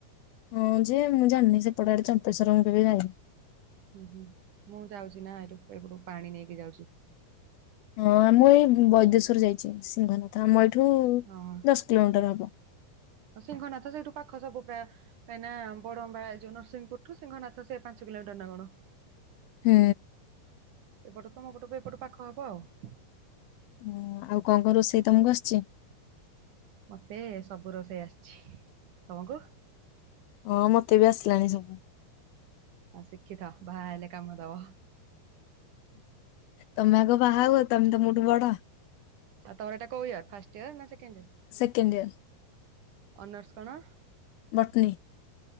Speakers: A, on the left; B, on the right.
A: ହଁ ଯେ ମୁଁ ଜାଣିନି ସେପଟେ ଆଡେ ଚମ୍ପେଶ୍ୱର ମୁଁ କେବେ ଯାଇନି।
B: ଉଁ ହୁଁ ମୁଁ ଯାଉଚି ନା ଏଠୁ ଏପଟୁ ପାଣି ନେଇକି ଯାଉଚି।
A: ହଁ ଆମଁ ଏଇ ବୈଦେଶ୍ୱର ଯାଇଛି ସିଂହନାଥ ଆମ ଏଇଠୁ
B: ହଁ
A: ଦଶ କିଲୋମିଟର ହବ।
B: ସିଂହନାଥ ସେଇଠୁ ପାଖ ସବୁ ପ୍ରାୟ କାହିଁକିନା <inaudible> ଏ ଯୋଉ ନରସିଂହପୁରୁ ସିହନାଥ ସେ ପାଞ୍ଚ କିଲୋମିଟର ନା କଣ?
A: ହୁଁ।
B: ଏପଟ ତମ ପଟକୁ ଏପଟ ପାଖ ହବ ଆଉ
A: ଓ ଆଉ କଣ କଣ ରୋଷେଇ ତମକୁ ଆସୁଛି?
B: ମତେ ସବୁ ରୋଷେଇ ଆସିଛି ତମକୁ?
A: ହଁ ମତେ ବି ଆସିଲାଣି ସବୁ।
B: ହଁ ଶିଖିଥାଅ ବାହା ହେଲେ କାମ ଦବ।
A: ତମେ ଆଗ ବାହାହୁଅ ତମେ ତ ମୋ ଠୁ ବଡ
B: ଆଉ ତମର ଏଟା କୋଉ ଇଅର ଫାର୍ଷ୍ଟ ୟେର୍ ନା second year
A: second year
B: honours କଣ?
A: ବଟନି।